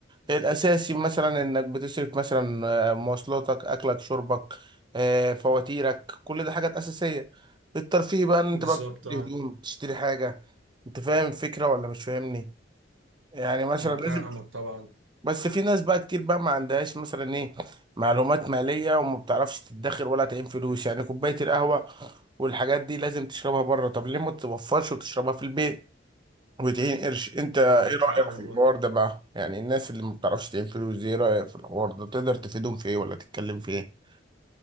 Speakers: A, on the right; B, on the right.
A: الأساسي مثلا إنك بتصرف مثلا آه، مواصلاتك أكلك شربك آه، فواتيرك كل ده حاجات أساسية الترفيه بقى إن
B: بالظبط
A: أنت بقى بتشتري
B: اه
A: هدوم بتشتري حاجة أنت فاهم الفكرة ولا مش فاهمني يعني مثلا
B: انا
A: لازم
B: فاهمك طبعا
A: بس في ناس بقى كتير بقى ما عندهاش مثلا إيه معلومات مالية وما بتعرفش تدخر ولا تعين فلوس يعني كوباية القهوة والحاجات دي لازم تشربها بره طب ليه ما تتوفرش وتشربها في البيت وتعين قرش انت ايه
B: عندك
A: رأيك
B: حق والله
A: في الحوار ده بقى يعني الناس اللي ما بتعرفش تعين فلوس دي ايه رأيك في الحوار ده تقدر تفيدهم في ايه ولا تتكلم في ايه